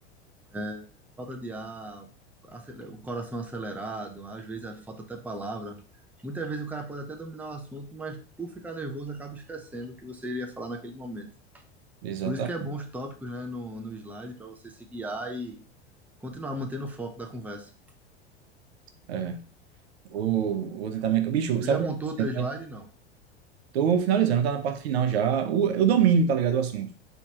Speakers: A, in the centre; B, on the right.
A: É, falta de ar, acele- o coração acelerado, às vezes é, falta até palavra. Muitas vezes o cara pode até dominar o assunto, mas por ficar nervoso acaba esquecendo o que você iria falar naquele momento.
B: Exatamente.
A: Por isso que é bom os tópicos, né, no, no slide, para você se guiar e continuar mantendo o foco da conversa.
B: É. Vou, vou tentar me... Bicho,
A: Tu
B: sabe
A: já montou
B: o que eu tô sentindo,
A: o teu slide?
B: né?
A: Não.
B: Tô finalizando, tá na parte final já. O, eu domino, tá ligado, o assunto.